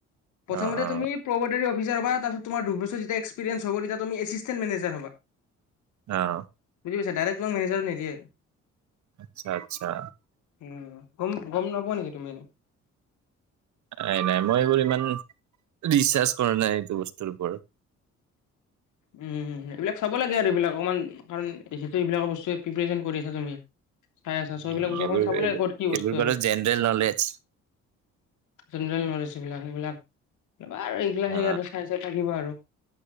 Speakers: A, on the left (about 75°); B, on the right (about 70°).
A: প্ৰথমতে
B: অ অ
A: তুমি প্ৰবটৰী অফিচাৰ হবা তাৰপিছত তোমাৰ দুবছৰ যেতিয়া এক্সপেৰিয়েন্স হ'ব তেতিয়া তুমি এচিষ্টেণ্ট মেনেজাৰ হবা।
B: অ',
A: বুজি পাইছা ডাইৰেক্ট তোমাক মেনেজাৰত নিদিয়ে।
B: আচ্ছা আচ্ছা।
A: উম, গম-গম নাপোৱা নেকি তুমি এনে?
B: নাই নাই মই এইবোৰ ইমান ৰিচাৰ্চ কৰা নাই এইটো বস্তুৰ ওপৰত।
A: উম, এইবিলাক চাব লাগে আৰু এইবিলাক অকমান, কাৰণ জিহেটো এইবিলাক বস্তু প্ৰিপ্ৰেচন কৰি আছা তুমি। চাই আছা চ'
B: উম
A: এইবিলাক বস্তু
B: এইবোৰ
A: অকমান চাব লাগিব
B: এইবোৰ
A: কি বস্তু
B: এইবোৰ বাৰু
A: আৰু,
B: জেনেৰেল নলেজ
A: জেনেৰেল নলেজ এইলাক এইবিলাক আৰু এইগিলা
B: অ
A: হেই চাই চাই থাকিব আৰু।